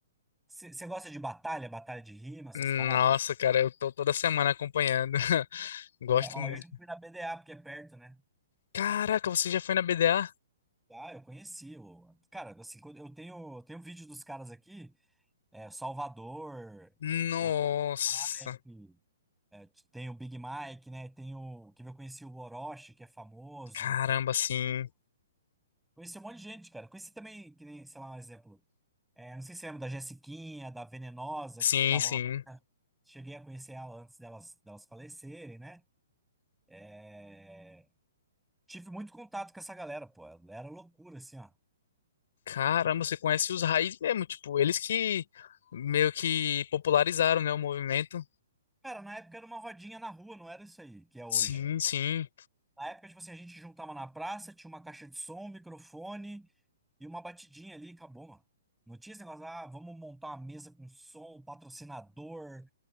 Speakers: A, in the centre; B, on the left.
A: você gosta de batalha, batalha de rima, essas
B: nossa,
A: paradas?
B: cara, eu tô toda semana acompanhando. <laughs> Gosto
A: É, ó,
B: muito.
A: eu já fui na BDA, porque é perto, né?
B: Caraca, você já foi na BDA?
A: Ah, eu conheci. O... Cara, assim, quando eu tenho, eu tenho vídeo dos caras aqui, é, Salvador,
B: Nossa,
A: o Mike, é, tem o Big Mike, né? Tem o que eu conheci o Orochi, que é famoso.
B: caramba, sim.
A: Conheci um monte de gente, cara. Conheci também, que nem, sei lá, um exemplo. É, não sei se você lembra da Jessiquinha, da Venenosa,
B: Sim,
A: que ficavam
B: sim.
A: lá. né? Cheguei a conhecer ela antes delas, delas falecerem, né? É, Tive muito contato com essa galera, pô. Era loucura, assim, ó.
B: Caramba, você conhece os raízes mesmo, tipo, eles que meio que popularizaram, né, o movimento.
A: Cara, na época era uma rodinha na rua, não era isso aí que é hoje.
B: Sim, sim.
A: Na época, tipo assim, a gente juntava na praça, tinha uma caixa de som, um microfone e uma batidinha ali, e acabou, mano. Não tinha esse negócio, ah, vamos montar uma mesa com som, patrocinador.